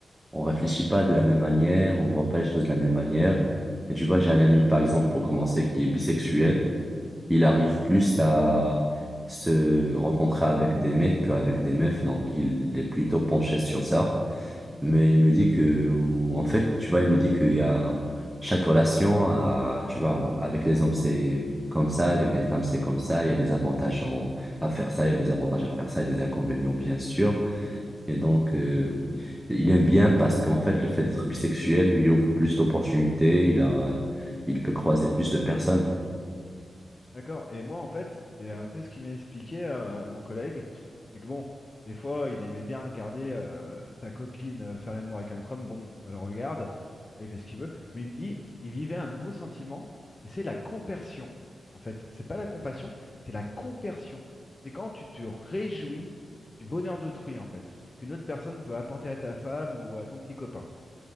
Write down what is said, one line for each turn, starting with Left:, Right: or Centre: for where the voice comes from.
Centre: on réfléchit pas de la même manière, on voit pas les choses de la même manière. Et tu vois, j'ai un ami, par exemple, pour commencer, qui est bisexuel. Il arrive plus à se rencontrer avec des mecs qu'avec des meufs. Donc, il est plutôt penché sur ça. Mais il me dit que, ou- en fait, tu vois, il me dit qu'il y a chaque relation, à, tu vois, en- avec les hommes, c'est comme ça, avec les femmes, c'est comme ça. Il y a des avantages en- à faire ça, il y a des avantages à faire ça, il y a des inconvénients, bien sûr. Et donc, euh, il aime bien parce qu'en fait, le fait d'être bisexuel lui ouvre plus d'opportunités, il a, il peut croiser plus de personnes.
Left: D'accord. Et moi, en fait, c'est un peu ce qu'il m'a expliqué, euh, mon collègue. C'est que bon, des fois, il aimait bien regarder euh, sa copine euh, faire l'amour avec un autre homme. Bon, ça le regarde, il fait ce qu'il veut. Mais il me dit, il vivait un nouveau sentiment, et c'est la compersion. En fait, c'est pas la compassion, c'est la compersion. C'est quand tu te réjouis du bonheur d'autrui, en fait, qu'une autre personne peut apporter à ta femme ou à ton petit copain.